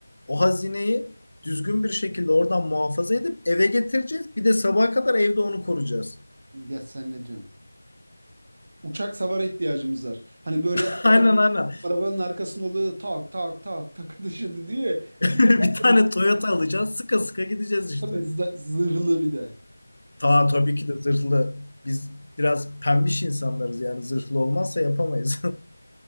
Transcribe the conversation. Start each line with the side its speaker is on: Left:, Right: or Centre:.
Left: O hazineyi düzgün bir şekilde oradan muhafaza edip eve getireceğiz. Bir de sabaha kadar evde onu koruyacağız.
Right: Ya sen ne diyorsun? Uçak savara ihtiyacımız var. Hani böyle
Left: <laughs>
Right: arabanın,
Left: Aynen aynen.
Right: arabanın arkasında oluyor tak tak tak tak taşı diyor ya.
Left: <laughs>
Right: Ya ilk-
Left: Bir tane
Right: <laughs>
Left: Toyota alacağız. Sıka sıka gideceğiz işte.
Right: Tabii zı- zırhlı bir de.
Left: Ta
Right: Zırhlı.
Left: tabii ki de zırhlı. Biz biraz pembiş insanlarız yani zırhlı olmazsa yapamayız.